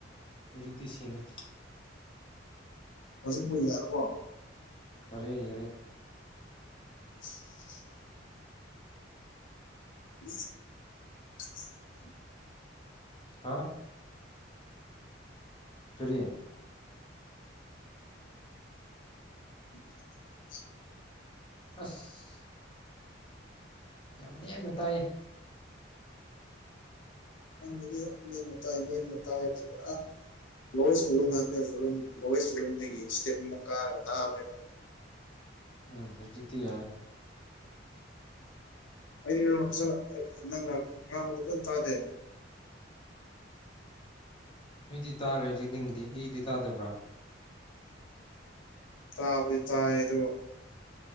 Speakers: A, on the left; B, on the left.
A: ꯍꯧꯖꯤꯛꯇꯤ ꯁꯦꯡꯉꯦ
B: ꯍꯧꯖꯤꯛꯄꯨ ꯌꯥꯔꯕꯣ
A: ꯑꯔꯦ ꯌꯥꯔꯦ
B: <inaudible> ꯎꯂꯩ ꯀꯅꯥꯒꯤ
A: ꯍꯥ ꯆꯔꯤ
B: ꯃꯈꯣꯟ ꯊꯣꯛꯄꯩ ꯇꯥꯗꯣ
A: ꯑꯁ ꯌꯥꯝ ꯅꯦꯝꯅ ꯇꯥꯏꯌꯦ
B: ꯅꯪꯗꯤ ꯅꯦꯝꯅ ꯇꯥꯏ ꯅꯦꯝꯅ ꯇꯥꯏ ꯍꯥꯏꯕꯁ ꯄꯨꯔꯥ ꯂꯣꯏꯁꯨꯝ ꯍꯥꯏ ꯂꯣꯏ ꯆꯨꯔꯂꯝꯗꯒꯤ ꯏꯁꯇꯦꯞ ꯑꯃ ꯀꯥꯔꯒ ꯇꯥꯕꯅꯦꯕ
A: ꯎꯝ ꯍꯧꯖꯤꯛꯇꯤ ꯌꯥꯔꯦ
B: ꯑꯩꯗꯤ ꯅꯪꯅ ꯐꯖꯅ ꯅꯪꯅ ꯉꯥꯡꯕꯗꯣ ꯐꯖꯅ ꯇꯥꯗꯦ
A: ꯑꯩꯗꯤ ꯇꯥꯔꯦ ꯍꯧꯖꯤꯛ ꯅꯤꯡꯒꯤꯗꯤ ꯑꯩꯒꯤꯗꯤ ꯇꯥꯗꯕ꯭ꯔꯥ
B: ꯇꯥꯕꯨꯗꯤ ꯇꯥꯏ ꯑꯗꯣ